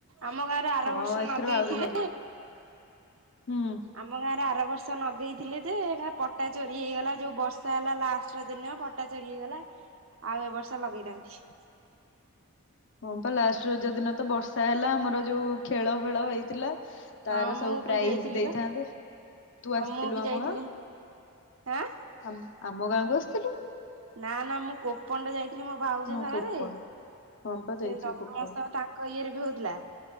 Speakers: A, on the right; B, on the left.
A: ଆମ ଗାଁରେ ଆର
B: ହଁ
A: ବର୍ଷ
B: ଏଥର
A: ଲଗେଇଥିଲେ।
B: ଆହୁରି ଲାଗିବ ହୁଁ।
A: ଆମ ଗାଁ ରେ ଆର ବର୍ଷ ନଗେଇଥିଲେ ଯେ ଏରା ପଟା ଚୋରି ହେଇଗଲା ଯୋଉ ବର୍ଷା ହେଲା ଲାଷ୍ଟ୍ ରଜ ଦିନ ପ ପଟା ଚୋରି ହେଇଗଲା।
B: <inaudible>
A: ଆଉ ଏ ବର୍ଷ ଲଗେଇନାହାନ୍ତି।
B: ହଁ ପା ଲାଷ୍ଟ୍ ରଜ ଦିନ ତ ବର୍ଷା ହେଲା ଆମର ଯୋଉ ଖେଳ ଫେଳ ହେଇଥିଲା। ତାର
A: ହଁ
B: ସବୁ
A: ମୁଁ
B: ପ୍ରାଇଜ୍
A: ବି ଯାଇଥିଲି
B: ଦେଇଥାନ୍ତେ
A: ବା
B: ତୁ
A: ହଁ
B: ଆସିଥିଲୁ
A: ମୁଁ ବି
B: ଆମ
A: ଯାଇଥିଲି
B: ଗାଁ?
A: ଆଁ
B: ଆମ୍ ଆମ ଗାଁକୁ ଆସିଥିଲୁ?
A: ନାଁ ନାଁ ମୁଁ କୋପଣ୍ଡ ଯାଇଥିଲି ମୋ ଭାଉଜ
B: ହଁ
A: ସାଙ୍ଗରେ
B: କୋପଣ
A: ସେ
B: ହଁ ପା ଯାଇଥିଲୁ
A: ରଙ୍ଗମହୋତ୍ସବ
B: କୋପଣ
A: ତା ତାଙ୍କ ଇଏରେ ବି ହଉଥିଲା